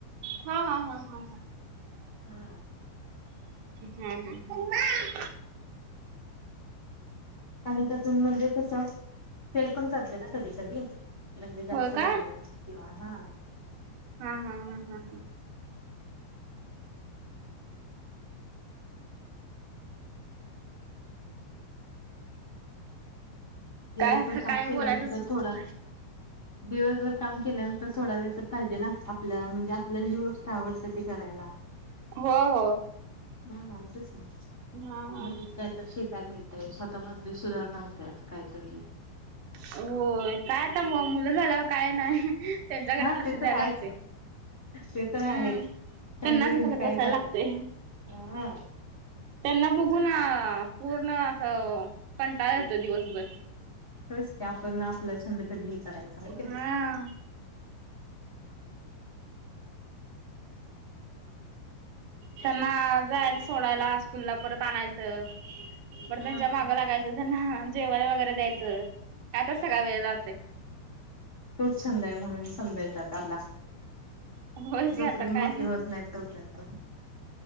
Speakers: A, on the right (about 80°); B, on the left (about 65°).
A: हा, हा, हा, हा, हा.
B: <unintelligible>
A: हा, हा.
B: आणि त्यातून म्हणजे कसं सेल पण करते ना कधी कधी, म्हणजे जास्त
A: होय
B: झालं
A: का
B: किंवा हा.
A: हा, हा, हा, हा, हा.
B: दिवसभर
A: काय आता,
B: काम
A: काय
B: केल्यानंतर
A: बोलायच सुचत
B: थोडा
A: नाही.
B: दिवसभर काम केल्यानंतर थोडा वेळ तर पाहिजे ना, आपल्या, म्हणजे आपल्याला जी गोष्ट आवडते ते करायला.
A: हो, हो.
B: हा ना तेच ना.
A: हा
B: नवीन काहीतरी शिक <inaudible> मिळतंय, स्वतः मधली सुधारणा होतात काहीतरी.
A: होय, काय आता मुलं झाल्यावर काय नाही. त्यांच्याकडेच
B: हा
A: लक्ष
B: ते
A: द्यायला
B: तर
A: लागतंय,
B: आहेच ते तर
A: हम्म.
B: आहेच छंद
A: त्यांनाच
B: बिंद
A: बघत
B: काही
A: बसायला
B: जात
A: लागतय.
B: नाही. हा
A: त्यांना बघून, पूर्ण असं कंटाळा येतो दिवसभर.
B: होय की, आपण आपला छंद कधी हे करायचा आहे की नाही.
A: हा त्यांना जायचं सोडायला स्कूलला, परत आणायचं. परत
B: हा
A: त्यांच्या मागं
B: होच
A: लागायचं,
B: की.
A: त्यांना जेवायला वगैरे द्यायचं. यातच सगळा वेळ जातोय.
B: तोच छंद आहे म्हणून समजायचा आता आपला.
A: होयच की
B: जोपर्यंत
A: आता काय
B: मोठीे होत नाहीत, तोपर्यंत,